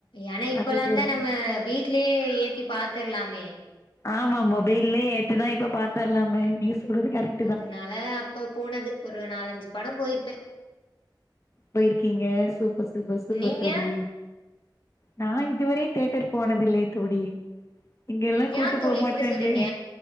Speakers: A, on the left; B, on the left.
A: ஏன்னா இப்பல்லாந்தா
B: அது சரி.
A: நம்ம வீட் ட்லே ஏத்தி பாத்துர்லாமே
B: ஆமா மொபைல்லே ஏத்துதா இப்ப பாத்தர்லாமே நீங்கஸ் சொல்லரது கரக்
A: அதுனால அப்ப போனது ஒரு நாலஞ்சு படம் போயிர்ப்பே
B: பொயிர்க்கீங்க சூப்பர் சூப்பர் சூப்பர்
A: நீங்க
B: தோழி நா இதுவரையு தேட்டர் போனதில்லே தோழி இங்கெல்லா
A: ஏ
B: கூட்டு
A: தோழி
B: போமாட்டாங்க
A: இப்டி சொல்றீங்க